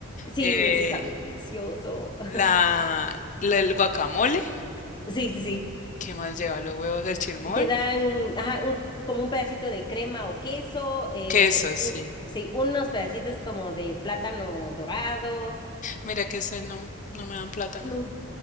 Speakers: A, on the left; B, on the left.
A: sí,
B: Eh,
A: eso está bien delicioso.
B: la,
A: <laughs>
B: la- el guacamole,
A: Sí, sí, sí.
B: ¿qué más lleva? Los huevos, el chirmol,
A: Te dan, ajá, un- como un pedacito de crema o queso, eh,
B: queso, sí.
A: un- sí, unos pedacitos como de plátano dorado,
B: Mira que ese no, no me dan plátano.
A: No,